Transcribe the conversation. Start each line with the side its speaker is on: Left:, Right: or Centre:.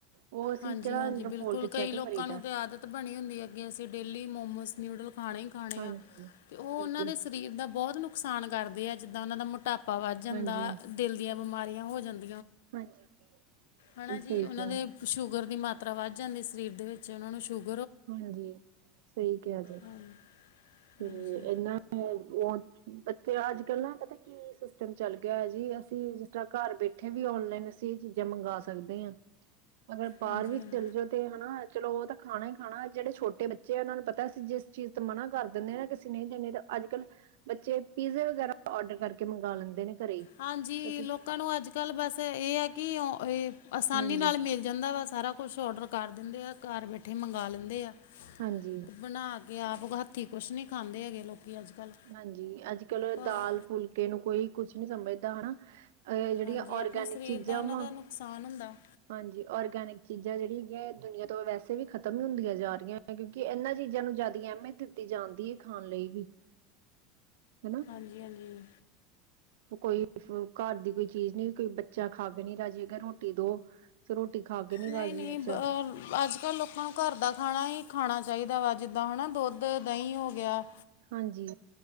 Right: ਓ ਅਸੀਂ
Left: ਹਾਂਜੀ
Right: ਕੇੜਾ
Left: ਹਾਂਜੀ
Right: ਅੰਦਰੋਂ
Left: ਬਿਲਕੁਲ
Right: ਫੋਲ ਕੇ ਚੈੱਕ
Left: ਕਈ ਲੋਕਾਂ
Right: ਕਰੀਦਾ।
Left: ਨੂੰ ਤਾਂ ਆਦਤ ਬਣੀ ਹੁੰਦੀ ਹੈ ਕਿ ਅਸੀਂ ਡੇਲੀ ਮੋਮੋਸ ਨਿਊਡਲ ਖਾਣੇ ਖਾਣੇ
Right: ਹਾਂਜੀ
Left: ਆ ਤੇ ਓ ਉਹਨਾਂ
Right: ਬਿਲਕੁਲ
Left: ਦੇ ਸਰੀਰ ਦਾ ਬਹੁਤ ਨੁਕਸਾਨ ਕਰਦੇ ਆ ਜਿੱਦਾਂ ਉਹਨਾਂ ਦਾ ਮੋ ਟਾਪਾ ਵੱਧ ਜਾਂਦਾ
Right: ਹਾਂਜੀ
Left: ਦਿਲ ਦੀਆਂ ਬਿਮਾਰੀਆਂ ਹੋ ਜਾਂਦ
Right: ਹਾਂਜੀ ਬਿਲਕੁਲ
Left: ਹਨਾ
Right: ਸਹੀ
Left: ਜੀ ਉਹਨਾਂ
Right: ਕਿਹਾ
Left: ਦੇ ਸ਼ੂਗਰ ਦੀ ਮਾਤਰਾ ਵੱਧ ਜਾਂਦੀ ਸਰੀਰ ਦੇ ਵਿੱਚ ਉਹਨਾਂ ਨੂੰ ਸ਼ੂਗ
Right: ਹਾਂਜੀ ਸਈ ਕਿਆ ਜੀ
Left: ਹਾਂ
Right: ਤੇ
Left: ਹਾਂਜੀ
Right: ਇਹਨਾਂ ਨੇ ਓ ਬੱਚੇ ਅੱਜ ਕੱਲ ਨਾ ਪਤਾ ਕੀ ਸਿਸਟਮ ਚੱਲ ਗਿਆ ਜੀ ਅਸੀਂ ਜਿਸ ਤਰ੍ਹਾਂ ਘਰ ਬੈਠੇ ਉੱਥੇ ਵੀ ਔਨਲਾਈਨ ਅਸੀਂ ਇਹ ਚੀਜ਼ਾਂ ਮੰਗਾ ਸਕਦੇ ਹਾਂ। ਅਗਰ ਬਾਹਰ
Left: ਹਾਂਜੀ
Right: ਵੀ
Left: ਹਾਂਜੀ
Right: ਚੱਲ ਜਾਓ ਤੇ ਹਨਾ ਚਲੋ ਓ ਤੇ ਖਾਣਾ ਈ ਹਨਾ ਜੇੜੇ ਛੋਟੇ ਬੱਚੇ ਆ ਉਹਨਾ ਨੂੰ ਪਤਾ ਅਸੀਂ ਜਿਸ ਚੀਜ਼ ਤੇ ਮਨਾ ਕਰ ਦਿੰਦੇ ਨਾ ਕਿਸੇ ਨਈ ਦੇਣੇ ਤਾਂ ਅੱਜ ਕੱਲ੍ਹ ਬੱਚੇ ਪੀਜ਼ੇ ਵਗੈਰਾ ਔਡਰ ਕਰਕੇ ਮੰਗਾ ਲੈਂਦੇ ਨੇ। ਘਰੇ ਹੀ
Left: ਹਾਂਜੀ
Right: ਤੇ ਅਸੀਂ
Left: ਲੋਕਾਂ ਨੂੰ ਅੱਜ ਕੱਲ੍ਹ ਬਸ ਇਹ ਆ ਕਿ ਆਸਾਨੀ
Right: ਹਾਂਜੀ
Left: ਨਾਲ ਮਿਲ ਜਾਂਦਾ ਵਾ ਸਾਰਾ ਕੁਛ ਔਡਰ ਕਰ ਦਿੰਦੇ ਆ ਘਰ ਬੈਠੇ ਮੰਗਵਾ ਲੈਂਦੇ ਆ
Right: ਹਾਂਜੀ
Left: ਬਣਾ ਆਪ ਹੱਥੀ ਕੁਛ ਨੀ ਖਾਂਦੇ ਹੈਗੇ ਲੋਕ ਕੀ ਅੱਜ ਕੱਲ੍ਹ
Right: ਹਾਂਜੀ ਅੱਜ ਕੱਲ
Left: ਪਰ
Right: ਦਾਲ ਫੁਲਕੇ ਨੂੰ ਕੋਈ ਕੁਛ ਨੀ ਸਮਝਦਾ ਹਨਾ। ਐ ਜੇੜੀਆਂ
Left: ਹਾਂਜੀ
Right: ਔਰਗੈਨਿਕ
Left: ਆਪਣੇ ਸਰੀਰ
Right: ਚੀਜ਼ਾਂ
Left: ਦਾ ਇਹਨਾਂ
Right: ਵਾਂ
Left: ਦਾ ਨੁਕਸਾਨ ਹੁੰਦਾ
Right: ਹਾਂਜੀ ਔਰਗੈਨਿਕ ਚੀਜ਼ਾਂ ਜਿਹੜੀ ਹੈਗੀਆਂ ਦੁਨੀਆਂ ਤੋਂ ਵੈਸੇ ਵੀ ਖਤਮ ਹੁੰਦੀਆਂ ਜਾ ਰਈਆਂ। ਕਿਉਂਕਿ ਇਹਨਾਂ ਚੀਜ਼ਾਂ ਨੂੰ ਜਾਦਾ ਅਹਿਮੀਅਤ ਦਿੱਤੀ ਜਾਂਦੀ ਹੈ ਖਾਣ ਲਈ ਵੀ ਹਨਾ
Left: ਹਾਂਜੀ-ਹਾਂਜੀ
Right: ਕੋਈ ਘਰ ਦੀ ਕੋਈ ਚੀਜ਼ ਨੀ ਕੋਈ ਬੱਚਾ ਖਾਕੇ ਨੀ ਰਾਜੀ ਹੈਗਾ ਰੋਟੀ ਦੋ। ਫੇਰ ਰੋਟੀ ਖਾ ਕੇ ਨਹੀਂ ਰਾਜੀ
Left: ਨਈ-ਨਈ
Right: ਬੱਚਾ
Left: ਅੱਜਕੱਲ੍ਹ ਲੋਕਾਂ ਨੂੰ ਘਰ ਦਾ ਖਾਣਾ ਹੀ ਖਾਣਾ ਚਾਈਦਾ ਵਾ ਜਿੱਦਾਂ ਹੈਨਾ ਦੁੱਧ, ਦਹੀਂ ਹੋ ਗਿਆ।
Right: ਹਾਂਜੀ।